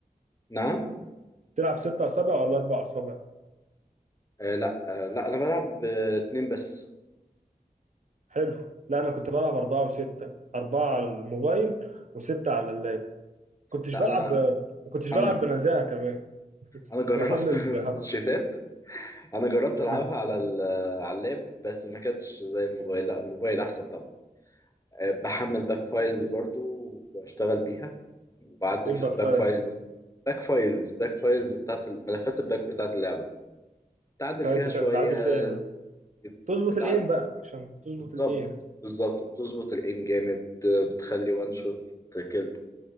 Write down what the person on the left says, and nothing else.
نعم
آه لا آه لا انا بلعب آه اتنين بس
لا
انا
انا
انا
جربت
<laughs>
شيتات انا جربت
العبها على ال- على اللاب بس ما كانتش زي الموبايل لا الموبايل احسن طبعا آه بحمل باك فايلز برضو وبشتغل بيها وبعدل
في الباك
فايلز
باك فايلز باك فايلز بتاعت ال- ملفات الباك بتاعت اللعبة تعدل
فيها
شوية
بتز...
بتعد...
بتظبط
بالظبط بتظبط الايم جامد آه، بتخلي وان شوت كده